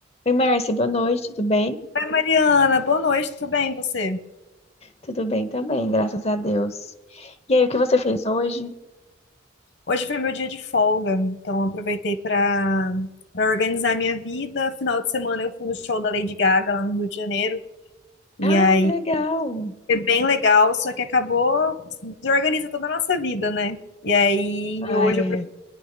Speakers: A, on the left; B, on the left.
A: Oi, Márcia, boa noite, tudo bem?
B: Oi, Mariana, boa noite, tudo bem, e você?
A: Tudo bem também, graças a Deus. E aí, o que você fez hoje?
B: Hoje foi meu dia de folga, então eu aproveitei para para organizar minha vida. Final de semana eu fui no show da Lady Gaga lá no Rio de Janeiro, e
A: Ah,
B: aí
A: que legal!
B: foi bem legal, só que acabou desorganiza toda a nossa vida, né? E aí
A: Ah,
B: hoje,
A: é.
B: eu apro-